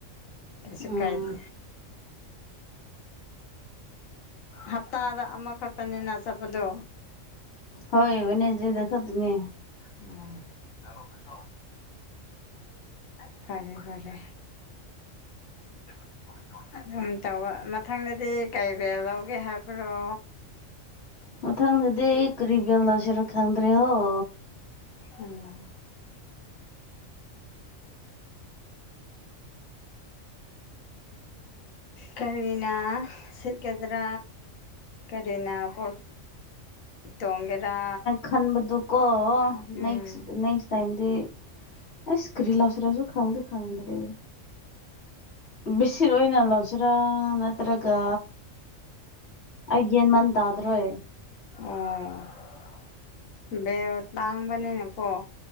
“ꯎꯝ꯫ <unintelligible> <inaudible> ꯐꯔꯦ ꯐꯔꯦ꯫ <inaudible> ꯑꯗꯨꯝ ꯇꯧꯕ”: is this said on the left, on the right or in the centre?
Left